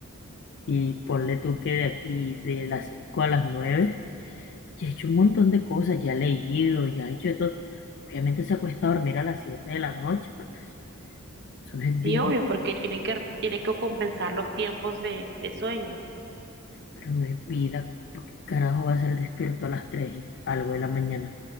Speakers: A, on the left; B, on the right.
A: Y ponle tú que de aquí, de las 5 a las 9, ya ha hecho un montón de cosas, ya ha leído, ya ha hecho de todo. Obviamente se acuesta a dormir a las 7 de la noche, porque pues, Eso no es
B: Sí,
A: vida,
B: obvio, porque tienen que, tienen que compensar los tiempos de, de sueño.
A: pero no es vida. ¿Por ¿Qué carajo va a ser despierto a las 3 y algo de la mañana?